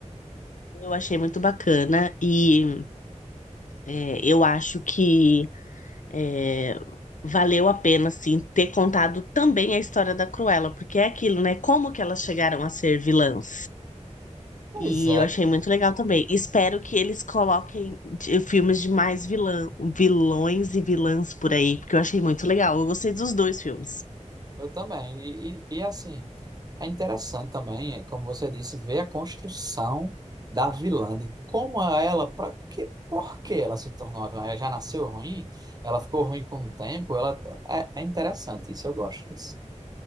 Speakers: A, on the left; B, on the right.
A: Eu achei muito bacana. E é, eu acho que É, valeu a pena, sim, ter contado também a história da Cruella, porque é aquilo, né? Como que elas chegaram a ser vilãs?
B: Pois
A: E
B: é,
A: eu achei muito legal também. Espero que eles coloquem de- filmes de mais vilã, vilões e vilãs por aí, porque eu achei muito legal. Eu gostei dos dois filmes.
B: eu também. E, e, e, assim, é interessante também, é, como você disse, ver a construção da vilã, de como ela, pra, que, por que ela se tornou uma vilã? Ela já nasceu ruim? Ela ficou ruim com o tempo? Ela, é, é interessante isso, eu gosto disso.